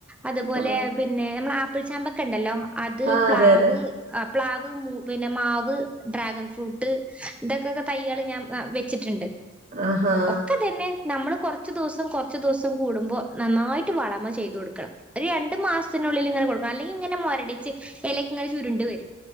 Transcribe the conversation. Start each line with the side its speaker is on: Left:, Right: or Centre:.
Centre: അതുപോലെ
Right: ആ
Centre: പിന്നെ നമ്മളെ ആപ്പിൾ ചാമ്പക്കെ ഇണ്ടല്ലോ അത്
Right: ആ
Centre: പ്ലാവ്
Right: അതെ അതെ
Centre: ആഹ് പ്ലാവ് മൂ പിന്നെ മാവ് ഡ്രാഗൺ ഫ്രൂട്ട് ഇതൊക്കെക്കെ തയ്യാള് ഞാൻ വ വെ ച്ചിട്ട്ണ്ട്
Right: ആഹാ
Centre: ഒക്ക ഇതന്നെ നമ്മള് കൊറച്ച് ദിവസം കൊറച്ച് ദിവ്സ് സം കൂടുമ്പോ നന്നായിട്ട് വളമ ചെയ്തു കൊടുക്കണം ഒരു രണ്ട് മാസത്തിനുള്ളില് ഇങ്ങനെ കൊടുക്കണം അല്ലെങ്കി ഇങ്ങനെ മൊരടിച്ച് എല ഒക്കെ ഇങ്ങനെ ചുരുണ്ട് വരും